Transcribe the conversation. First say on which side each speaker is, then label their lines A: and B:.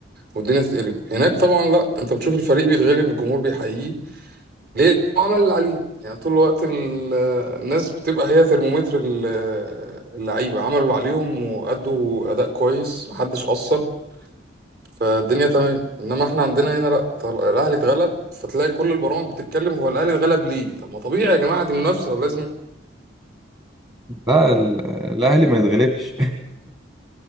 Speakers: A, on the right; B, on the right.
A: والدنيا تتقلب هناك طبعا لا انت بتشوف الفريق بيتغلب الجمهور بيحييه ليه هو عمل اللي عليه يعني طول الوقت ال- الناس بتبقى هي ترمومتر ال- اللعيبة عملوا اللي عليهم وأدوا أداء كويس محدش قصر فالدنيا تمام انما احنا عندنا هنا لا طل- الاهلي اتغلب فتلاقي كل البرامج بتتكلم هو الاهلي اتغلب ليه طب ما طبيعي يا جماعه دي منافسه ولازم
B: لا ال- الأهلي ما يتغلبش